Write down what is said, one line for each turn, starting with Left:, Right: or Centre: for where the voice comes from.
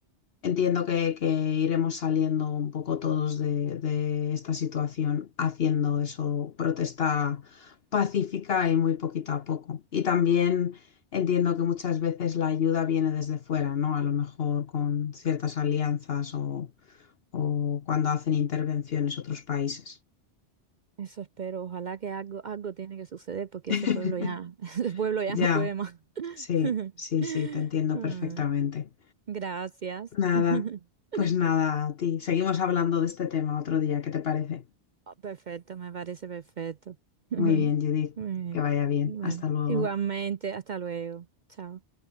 Left: Entiendo que, que iremos saliendo un poco todos de, de esta situación haciendo eso, protesta pacífica y muy poquito a poco. Y también entiendo que muchas veces la ayuda viene desde fuera, ¿no? A lo mejor con ciertas alianzas o, o cuando hacen intervenciones otros países.
Right: Eso espero, ojalá que algo, algo tiene que suceder porque
Left: <laughs>
Right: ese pueblo ya, <laughs> ese pueblo ya
Left: Ya.
Right: no puede más.
Left: Sí,
Right: <laughs>
Left: sí, sí, te entiendo
Right: Mm.
Left: perfectamente.
Right: Gracias.
Left: Nada,
Right: <laughs>
Left: pues nada, a ti. Seguimos hablando de este tema otro día, ¿qué te parece?
Right: Oh, perfecto, me parece perfecto. <laughs> Muy
Left: Muy bien, Judith,
Right: bien.
Left: que vaya bien.
Right: Bueno,
Left: Hasta luego.
Right: igualmente, hasta luego. Chao.